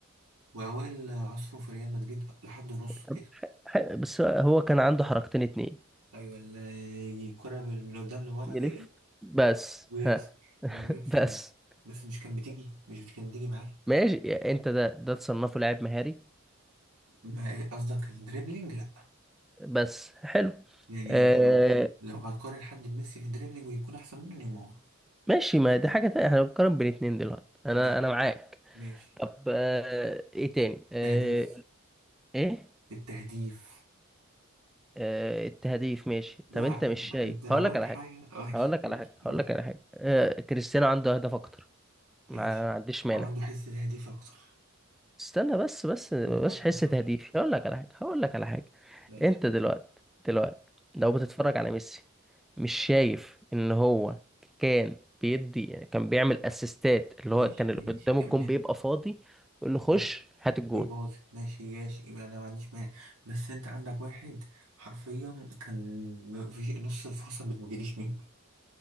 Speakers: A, on the right; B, in the centre.
A: وأوائل عصره في ريال مدريد لحد نصه
B: طب
A: كده
B: ح- بس هو هو كان عنده حركتين اتنين
A: أيوة اللي الكرة بال- من قدام لورا
B: يلف
A: ديت
B: بس
A: ويكسر
B: ها <laughs>
A: وإنه يكسر
B: بس
A: يمين. بس مش كان بتيجي مش بت- كانت بتيجي معاه
B: ماشي يعني انت ده ده تصنفه لاعب مهاري
A: ما- قصدك الدريبلينج لأ
B: بس حلو
A: يعني
B: آه
A: أنت لو لو هتقارن حد بميسي في الدريبلينج ويكون أحسن منه نيمار
B: ماشي ما دي حاجة تانية احنا بنقارن بين اتنين دلوقتي انا
A: ماشي
B: انا معاك
A: ماشي
B: طب آه ايه تاني آه
A: تهديف
B: ايه
A: التهديف
B: آه، التهديف ماشي
A: لا
B: طب انت مش
A: لا،
B: شايف
A: أنت لو
B: هقول
A: قلت
B: لك على
A: حاجة
B: حاجه
A: ماشي
B: هقول لك
A: قول
B: على حاجه هقول
A: قول
B: لك على حاجه آه، كريستيانو عنده اهداف اكتر ما
A: ماشي
B: عنديش مانع
A: وعنده حس تهديف أكتر
B: استنى بس بس بس
A: وتمركز
B: حس تهديف
A: صح
B: هقول لك على حاجه هقول لك على حاجه
A: ماشي
B: انت دلوقتي دلوقتي
A: مم.
B: لو بتتفرج على ميسي مش شايف ان هو كان بيدي يعني كان بيعمل اسيستات اللي
A: ماشي
B: هو كان
A: ماشي
B: اللي قدامه
A: كمان
B: الجون بيبقى فاضي يقول له
A: ماشي
B: خش هات الجون
A: ويباظي ماشي ماشي يبقى انا ما عنديش مانع بس انت عندك واحد حرفيا كان ما فيش نص الفرصه ما بتجيليش منه